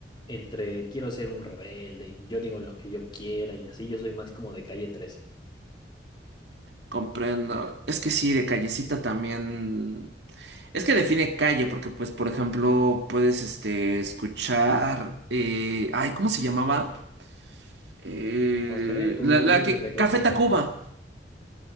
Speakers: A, on the left (about 25°); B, on the right (about 75°).
A: entre quiero ser un rebelde, y yo digo lo que yo quiera y así, yo soy más como de calle trece
B: comprendo. Es que sí, de callecita también. Es que define calle, porque pues, por ejemplo, puedes este, escuchar... eh, Ay, ¿cómo se llamaba? Eh,
A: No sé, tú,
B: la, la
A: tú dime
B: que...
A: de, de
B: Café
A: qué
B: Tacuba,
A: trata.